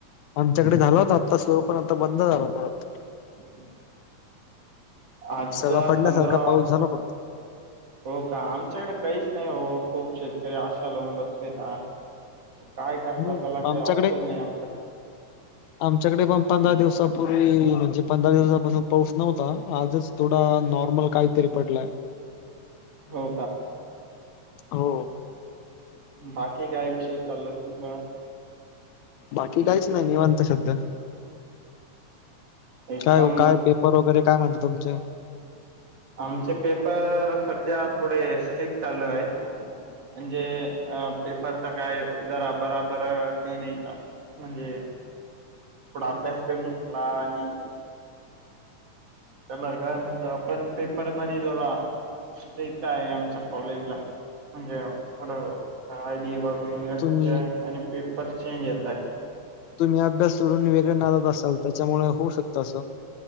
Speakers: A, on the left (about 75°); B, on the right (about 50°).
A: आमच्याकडे झाल होत आत्ता स्लो पण आता बंद झाला परत
B: ह. आजच्या
A: सडा पडल्यासारखा
B: पंधरा
A: पाऊस झाला फक्त
B: हो का आमच्याकडे काहीच नाही हो खूप शेतकरी आशा लावून बसले का? काय करतात
A: हम्म
B: त्याला काही
A: आमच्याकडे
B: ऑप्शन नाही आपल्याडे
A: आमच्याकडे पण पंधरा दिवसापूर्वी म्हणजे पंधरा दिवसापासून पाऊस नव्हता आजच. थोडा नॉर्मल काहीतरी पडलंय.
B: हो?
A: हो
B: बाकी काय विषय चाललय तुमचा
A: बाकी काहीच नाही निवांत सध्या
B: एकदम
A: काय ओ काय पेपर वगैरे काय म्हणत तुमचे
B: आमचे पेपर सध्या थोडे स्टिक्ट चालू आहेत म्हणजे अ पेपरच काय जरा बराबर हे नाही का म्हणजे थोडा अभ्यास कमीच नाआणि त्याला काय म्हणतो आपण पेपर मरी जला सिट्रिक आहे आमच्या कॉलेज ला म्हणजे पुढं आयडी वग युनिवर्सिटी
A: तुम्ही
B: आहे आणि पेपर चेंज येत आहे,
A: तुम्ही अभ्यास सोडून वेगळ्या नादात असाल त्याच्यामुळे होऊ शकत असं,